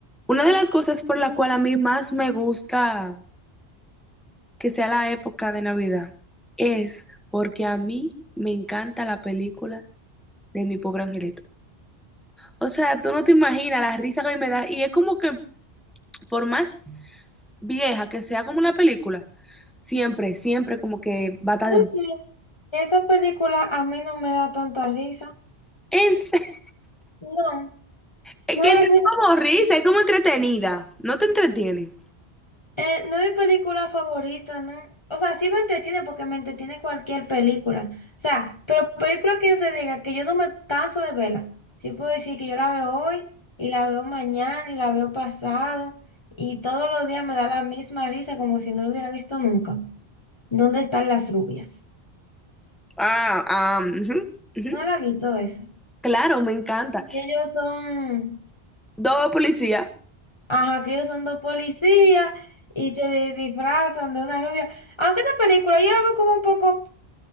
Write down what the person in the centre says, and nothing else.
Una de las cosas por la cual a mí más me gusta que sea la época de Navidad es porque a mí me encanta la película de Mi Pobre Angelito. O sea, tú no te imaginas la risa que a mí me da y es como que por más vieja que sea como la película, siempre, siempre como que va a estar
de...
En serio,
es
que no
es
como risa, es como entretenida, no te entretiene.
Ah, ah, ujú, ujú.
Claro, me encanta.
Dos policías,